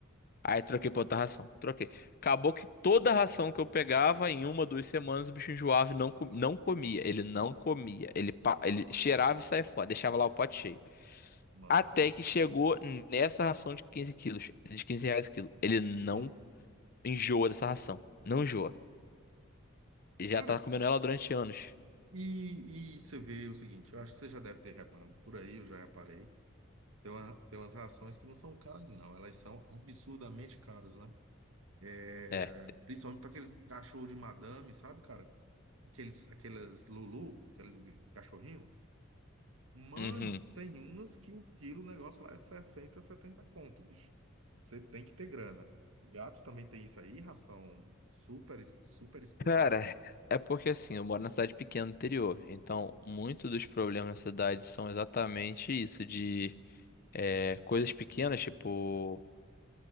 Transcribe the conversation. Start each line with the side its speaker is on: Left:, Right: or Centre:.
Left: Aí troquei pra outra ração, troquei. Acabou que toda a ração que eu pegava, em uma, duas semanas, o bicho enjoava e não, co- não comia. Ele não comia. Ele, pa- ele cheirava e saía fora, deixava lá o pote cheio.
Right: Mano,
Left: Até que
Right: que
Left: chegou
Right: isso.
Left: nessa ração de 15 quilos, de 15 reais o quilo. Ele não
Right: Hum.
Left: enjoa dessa ração. Não enjoa. E Já
Right: Cara,
Left: tá comendo ela durante anos.
Right: e, e você vê o seguinte, eu acho que você já deve ter reparado por aí, eu já reparei. Tem, uma, tem umas rações que não são caras, não, elas são absurdamente caras, né? É,
Left: É.
Right: principalmente para aqueles cachorro de madame, sabe, cara? Aqueles, aquelas Lulu, aqueles cachorrinho. Mano,
Left: Uhum.
Right: tem umas que o quilo, o negócio lá é 60, 70 conto, bicho. Você tem que ter grana. Gato também tem isso aí, ração super, super especial.
Left: Cara, é porque assim, eu moro na cidade pequena do interior, então muitos dos problemas na cidade são exatamente isso, de é, coisas pequenas, tipo,